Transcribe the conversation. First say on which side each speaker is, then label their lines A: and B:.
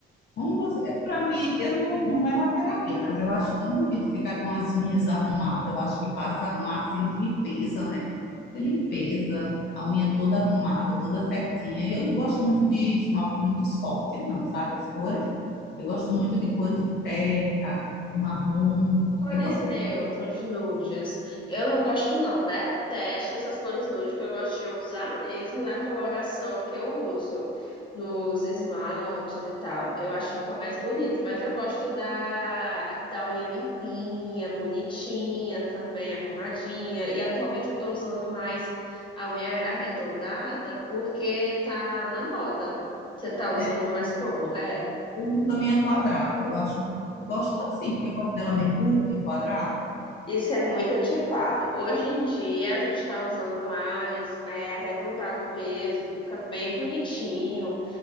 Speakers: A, on the left (about 55°); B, on the left (about 25°).
A: Como você, para mim, eu não, não é uma terapia, mas eu acho tão bonito ficar com as unhas arrumadas. Eu acho que passa um ar assim de limpeza, né? De limpeza, a unha toda arrumada, toda certinha. E eu não gosto muito de esmalte muito forte, não, sabe? As cores. Eu gosto muito de cores de terra, o marrom.
B: Cores
A: E você?
B: neutras, nudes. Eu não gosto, não. Detesto essas cores nude, porque eu gosto de usar mesmo na coloração que eu uso, nos esmaltes e tal. Eu acho que fica mais bonito, mas eu gosto da, da unha limpinha, bonitinha também, arrumadinha. E atualmente eu tô usando mais a unha arredondada porque tá na moda. Você tá usando
A: É,
B: mais como? É.
A: eu uso a minha quadrada. Eu acho, eu gosto assim, porque eu gosto dela bem curta e quadrada.
B: Isso é muito antiquado. Hoje em dia a gente está usando mais é, arredondado mesmo, que fica bem bonitinho.